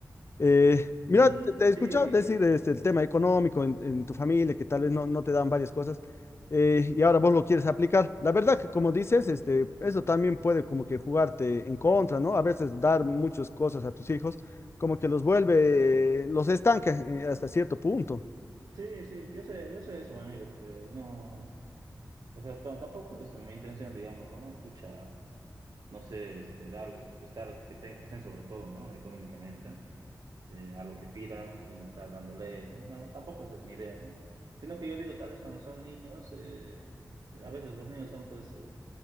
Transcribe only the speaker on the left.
Eh, mira,
te, te he escuchado
decir este, el tema económico en, en tu familia, que tal vez no, no te dan varias cosas, eh, y ahora vos lo quieres aplicar. La verdad que como dices, este, eso también puede como que jugarte en contra, ¿no? A veces dar muchas cosas a tus hijos, como que los vuelve, eh, los estanca eh, hasta cierto punto.